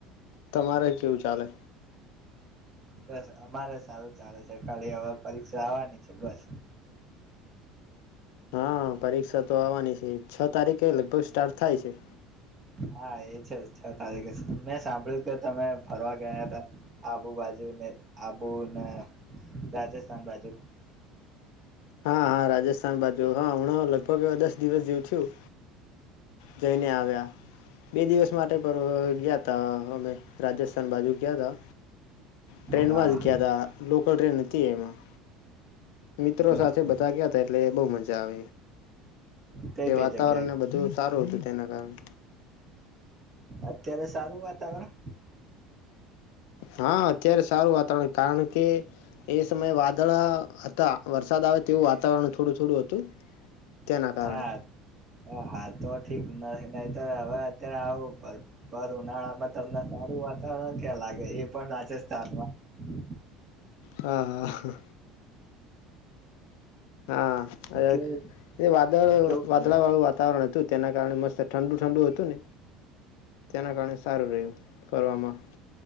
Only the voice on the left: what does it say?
તમારે કેવું ચાલે?
હા પરીક્ષા તો આવાની છે. છ તારીખે લગભગ સ્ટાર્ટ થાય છે.
હા હા રાજસ્થાન બાજુ હહ હમણાં લગભગ દસ દિવસ જેવું થયું જઈને આવ્યા. બે દિવસ માટે પણ ગયાતા અમે રાજસ્થાન બાજુ ગયાતા. ટ્રેનમાં
જ ગયાતા લોક કલ ટ્રેન હતી એમાં મિત્રો
સાથે બતાવી ગયા હતા એટલે બહુ મજા જાવ
જે
વાતાવરણ
ને બધું સારું હતું તેના કારણ
હા અત્યારે સારું વાતાવરણ કારણ કે એ સમયે વાદળ હતા વરસાદ આવે તેવું વાતાવરણ થોડું થોડું હતું તેના કારણે
હા હા હા અ
એ વાદળ
વાદળા
વાળું વાતાવરણ હતું જ તેના કારણે મસ્ત ઠંડુ ઠંડુ હતું ને તેના કારણે સારું રહ્યું ફરવામાં